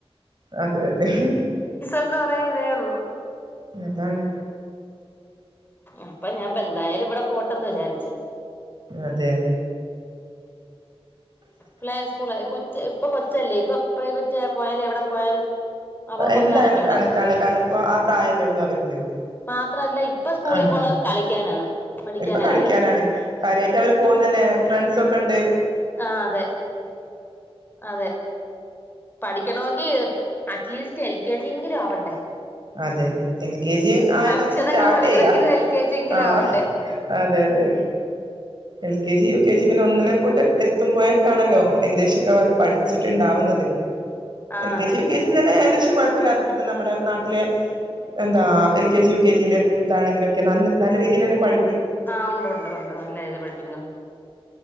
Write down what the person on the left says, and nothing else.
എന്ന് പറയാൻ ഇതേ ഉള്ളൂ
അപ്പൊ ഞാപ്പെന്തായാലും ഇവടെ പോട്ടെന്ന് വിചാരിച്ച്
പ്ലേ സ്കൂള് കൊച്ച് ഇപ്പൊ കൊച്ചല്ലേ ഇപ്പൊ പ്രൈവറ്റായാ പോയാലും എവിടെ പോയാലും അവർക്കൊന്നും
അറിഞ്ഞൂടാ
മാത്രല്ല ഇപ്പൊ സ്കൂളിൽ
പോണത് കളിക്കാനാണ് പഠിക്കാനല്ലല്ലോ
ആ അതെ അതെ പഠിക്കണമെങ്കി at least L K G എങ്കിലും ആവണ്ടേ
അക്ഷരങ്ങള്
പഠിക്കണെങ്കിലും
എൽ കെ ജി എങ്കിലും
ആവണ്ടേ
ആഹ്
അതെ
ആഹ് ഉണ്ട് ഉണ്ട് ഉണ്ട് നല്ല ഇത് പ ക്കുന്നുണ്ട്